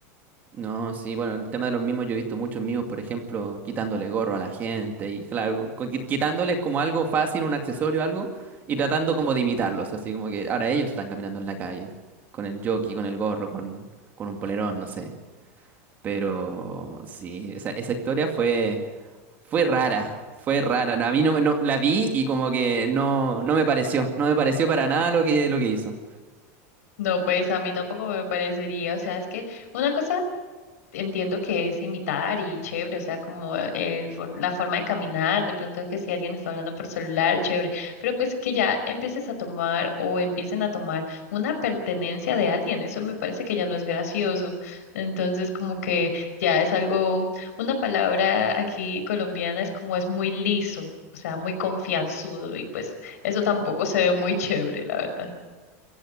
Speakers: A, on the right; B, on the left.
A: No, sí, bueno, el tema de los mimos, yo he visto muchos mimos, por ejemplo, quitándole gorro a la gente y claro, co- qui- quitándoles como algo fácil, un accesorio, algo, y tratando como de imitarlos, así como que ahora ellos están caminando en la calle, con el jockey, con el gorro, con, con un polerón, no sé. Pero sí, esa, esa historia fue... Fue rara, fue rara. No, A mí no, me- no- la vi y como que no, no me pareció, no me pareció para nada lo que, lo que hizo.
B: No, pues a mí tampoco me parecería, o sea, es que una cosa entiendo que es imitar y chévere, o sea, como el, for- la forma de caminar, de pronto que si alguien está hablando por celular, chévere, pero pues que ya empieces a tomar o empiecen a tomar una pertenencia de alguien, eso me parece que ya no es gracioso, entonces como que ya es algo, una palabra aquí colombiana es como es muy liso, o sea, muy confianzudo y pues eso tampoco se ve muy chévere, la verdad.